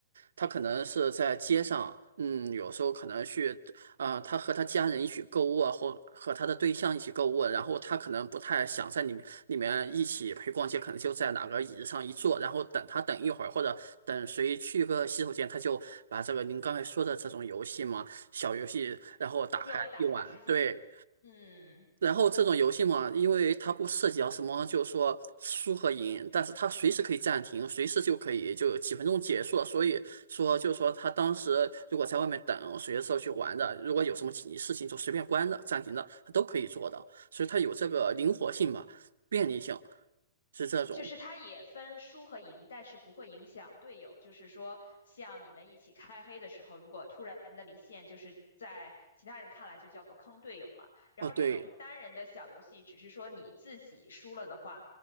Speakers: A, on the right; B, on the left.
A: 他可能是在街上，嗯，有时候可能去，呃，他和他家人一起购物啊，或和他的对象一起购物，然后他可能不太想在里面里面一起陪逛街，可能就在哪个椅子上一坐，然后等他等一会儿，或者等谁去个洗手间，他就把这个您刚才说的这种游戏嘛，小游戏，然后打开一玩，
B: 用来打发时间。
A: 对。
B: 嗯，
A: 然后这种游戏嘛，因为它不涉及到什么，就是说输和赢，但是它随时可以暂停，随时就可以就几分钟结束了。所以说，就是说他当时如果在外面等，随时去玩的，如果有什么紧急事情就随便关的、暂停的，他都可以做到。所以它有这个灵活性吧，便利性是这种。
B: 就是它也分输和赢，但是不会影响队友。就是说，像你们一起开黑的时候，如果突然的离线，就是在其他人看来就叫做坑队友嘛。然后这种单人的小游戏，
A: 哦，对，
B: 只是说你自己输了的话，